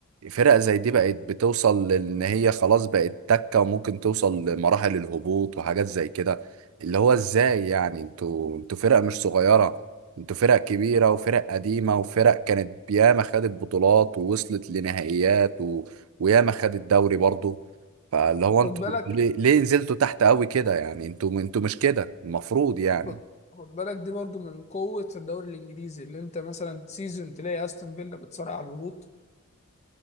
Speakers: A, on the right; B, on the left.
A: فرق زي دي بقت بتوصل لان هي خلاص بقت تكة وممكن توصل لمراحل الهبوط وحاجات زي كده اللي هو ازاي يعني انتوا انتوا فرقة مش صغيرة انتوا فرق كبيرة وفرق قديمة وفرق كانت ياما خدت بطولات ووصلت لنهائيات و... وياما خدت دوري برضو فاللي هو انتوا
B: خد بالك
A: ليه... ليه نزلتوا تحت قوي كده يعني انتوا انتوا مش كده المفروض يعني
B: خد خد بالك دي برضو من قوة الدوري الانجليزي اللي انت مثلا سيزون تلاقي استون فيلا بتصارع على الهبوط